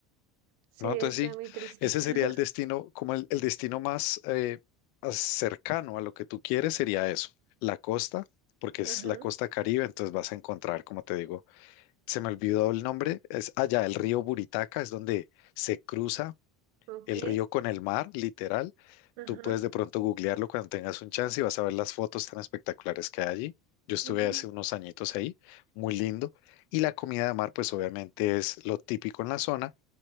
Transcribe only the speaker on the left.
No, entonces
sí,
ese sería
el destino, como el, el destino más eh, as- cercano a lo que tú quieres sería eso, la costa, porque es
la costa Caribe, entonces vas a encontrar, como te digo, se me olvidó el nombre, es allá el río Buritaca, es donde se cruza
el río con el mar, literal.
Tú puedes de pronto googlearlo cuando tengas un chance y vas a ver las fotos tan espectaculares que hay allí. Yo estuve
hace unos añitos ahí, muy lindo. Y la comida de mar, pues obviamente es lo típico en la zona.